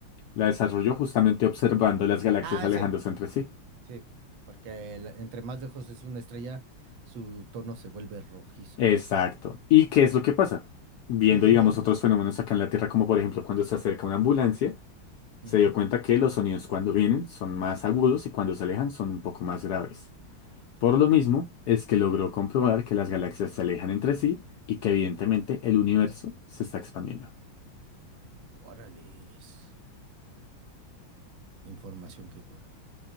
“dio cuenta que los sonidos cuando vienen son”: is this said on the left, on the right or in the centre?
Left